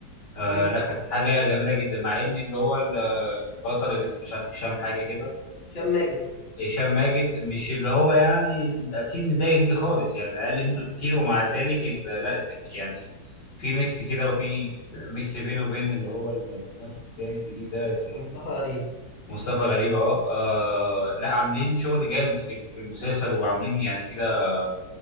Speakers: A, on the left; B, on the left.
A: آه
B: مم.
A: لا كانت حاجة جميلة جدا مع إن اللي هو البطل اللي اسمه مش عارف هشام حاجة كده
B: هشام ماجد
A: هشام ماجد مش اللي هو يعني اكيد مش زي هنيدي خالص يعني اقل منه بكتير ومع ذلك ال- لا التك يعني في ميكس كده وفي ميكس بينه وبين اللي هو الممثل التاني الجديد ده اسمه
B: مصطفى غريب
A: مصطفى غريب اهو آه لا عاملين شغل جامد في في المسلسل وعاملين يعني كده